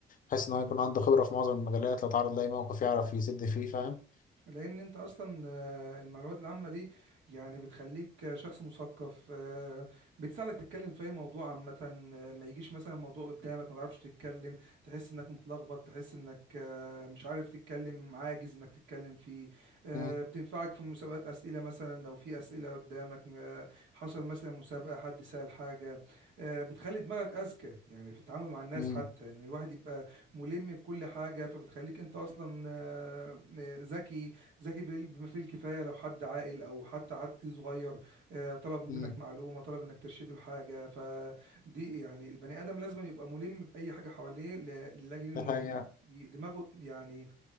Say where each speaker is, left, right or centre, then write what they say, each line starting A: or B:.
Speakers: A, on the left; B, on the right.
A: بحيث إن هو يكون عنده خبرة في معظم المجالات لو اتعرض لأي موقف يعرف يسد فيه فاهم؟
B: لان انت اصلا آه، المعلومات العامه دي يعني بتخليك آه، شخص مثقف آه، بتساعدك تتكلم في اي موضوع عامه آه، ما يجيش مثلا موضوع قدامك ما تعرفش تتكلم تحس انك متلخبط تحس انك آه، مش عارف تتكلم عاجز انك تتكلم فيه آه،
A: مم.
B: بتنفعك في مسابقات اسئله مثلا لو في اسئله قدامك آه، حصل مثلا مسابقه حد سأل حاجه آه، بتخلي دماغك اذكى يعني في التعامل مع الناس
A: مم.
B: حتى ان الواحد يبقى ملم بكل حاجه فبتخليك انت اصلا آه، ذكي ذكي بال- بما فيه الكفاية لو حد عاقل أو حتى حد صغير آه، طلب منك
A: مم.
B: معلومة طلب إنك ترشده لحاجة فدي يعني البني آدم لازم يبقى ملم بأي حاجة حواليه ل- لأجل إنه
A: ده حقيقة
B: ي- ي- دماغه يعني